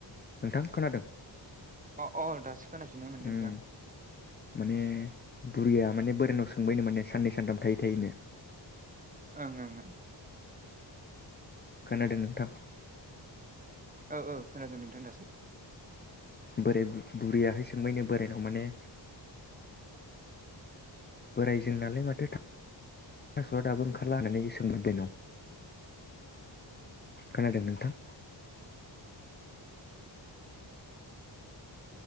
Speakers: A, on the left; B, on the right.
A: नोंथां खोनादों
B: अ औ दासो खोनाफिननाय मोनदों
A: उम
B: नदां
A: माने बुरिया माने बोरायानाव सोंबायनो माने साननै सानथाम थायै थायोनो
B: ओं ओं ओं
A: खोनादों नोंथां
B: औ औ खोनादों नोंथां दासो
A: बोराय बुरैयाहै सोंबायनो बोरायनाव माने बोरायजों नालाय माथो थ स'आ दाबो ओंखारला होननानै सोंबोदों न खोनादोंं नोंथां